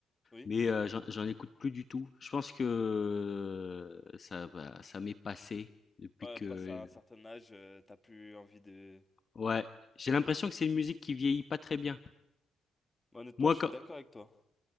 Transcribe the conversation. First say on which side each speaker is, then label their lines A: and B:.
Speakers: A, on the left; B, on the left.
A: Oui,
B: mais heu, j'en j'en écoute plus du tout. Je pense que euh, ça va ça m'est passé depuis
A: ouais,
B: que
A: passe à un certain âge, euh, t'as plus envie de...
B: ouais, j'ai l'impression que c'est une musique qui vieillit pas très bien.
A: Bah, honnêtement,
B: Moi,
A: je suis
B: quand
A: d'accord avec toi.